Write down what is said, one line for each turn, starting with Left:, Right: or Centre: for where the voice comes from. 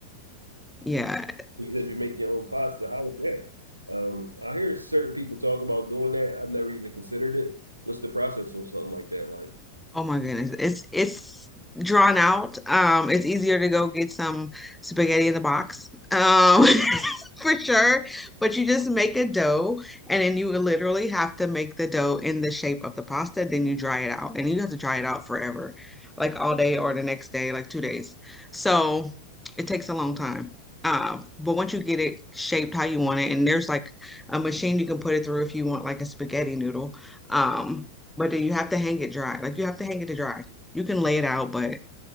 Centre: yeah,
Right: because you make your own pasta. How is that? Um, I hear certain people talk about doing that. I've never even considered it. What's the process on something like that? Like,
Centre: Oh my goodness. It's it's drawn out. Um, it's easier to go get some spaghetti in the box. Um, <laughs> for sure. But you just make a dough and then you literally have to make the dough in the shape of the pasta, then you dry it out. And you have to dry it out forever, like all day or the next day, like two days. So it takes a long time. Uh, but once you get it shaped how you want it, and there's like a machine you can put it through if you want like a spaghetti noodle. Um, but then you have to hang it dry. Like you have to hang it to dry. You can lay it out, but